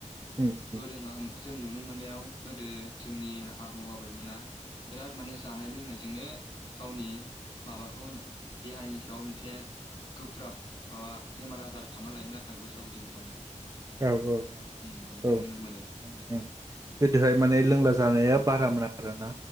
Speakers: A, on the right; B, on the left.
A: उम उम
B: गोदो मा <unintelligible> जों नुनो मोननायाव गोदो जोंनि आबौ आबैमोना बिराद माने जानाय लोंनायजोंनो गावनि माबाखौ होनो देहानि सायाव मोनसे गोब्राब माबा बेमार आजार खालामना लायोमोन आरो बैसागु दिनफ्रावनो
A: औ औ
B: उम बिदि
A: औ ओम
B: नुनो मोनो
A: गोदोहाय माने लोंला जालाया बारामोन आ आरोना